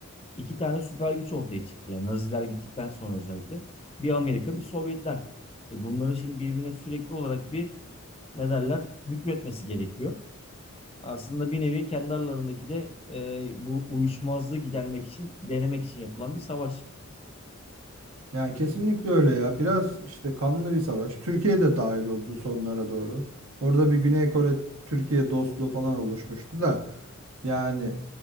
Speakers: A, on the left; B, on the right.
A: iki tane süper güç ortaya çıktı. Yani Naziler gittikten sonra özellikle bir Amerika bir Sovyetler. E bunları şimdi birbirine sürekli olarak bir ne derler hükmetmesi gerekiyor. Aslında bir nevi kendi aralarındaki de e, bu uyuşmazlığı gidermek için, denemek için yapılan bir savaş.
B: yani kesinlikle öyle ya. Biraz işte kanlı bir savaş. Türkiye de dahil oldu sonlara doğru. Orada bir Güney Kore Türkiye dostluğu falan oluşmuştu da yani